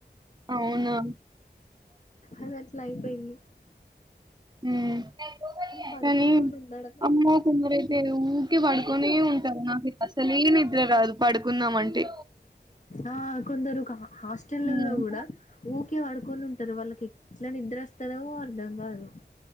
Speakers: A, on the right (about 25°); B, on the left (about 45°).
A: అవునా!
B: అది అట్లా అయిపోయింది
A: ఉమ్
B: పడుకోకుండా
A: కానీ
B: ఉండడం ఒకటే
A: అమ్మో కొందర అయితే ఊకే పడుకొనే ఉంటారు నాకైతే అసలే నిద్ర రాదు పడుకుందామ్ అంటే
B: ఆ కొందరు హాస్టలల్లో
A: హ్మ్.
B: గుడా ఊకే వడుకొ క్కొని ఉంటారు వాళ్ళకి ఎట్ల నిద్ర వస్తారో అర్ధం కాదు.